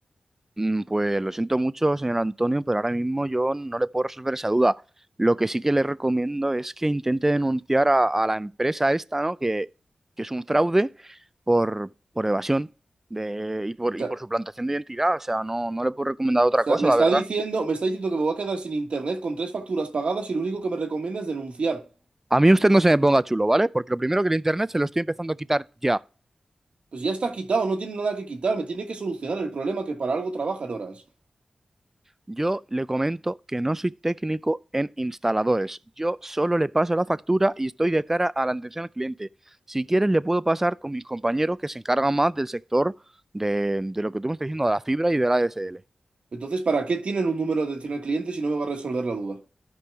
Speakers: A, on the right (about 15°); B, on the right (about 70°).
A: Mm, Pues lo siento mucho, señor Antonio, pero ahora mismo yo no le puedo resolver esa duda. Lo que sí que le recomiendo es que intente denunciar a, a la empresa esta, ¿no? Que, que es un fraude por, por evasión de, y por, y
B: sea,
A: por suplantación de identidad. O sea, no, no le puedo recomendar otra
B: o sea,
A: cosa,
B: me
A: la
B: está
A: verdad.
B: diciendo, me está diciendo que me voy a quedar sin internet con tres facturas pagadas y lo único que me recomienda es denunciar.
A: A mí usted no se me ponga chulo, ¿vale? Porque lo primero que el internet se lo estoy empezando a quitar ya.
B: Pues ya está quitado, no tiene nada que quitar, me tiene que solucionar el problema que para algo trabajan horas.
A: Yo le comento que no soy técnico en instaladores. Yo solo le paso la factura y estoy de cara a la atención al cliente. Si quieres, le puedo pasar con mis compañeros que se encargan más del sector de, de lo que tú me estás diciendo, de la fibra y de la ADSL.
B: Entonces, ¿para qué tienen un número de atención al cliente si no me va a resolver la duda?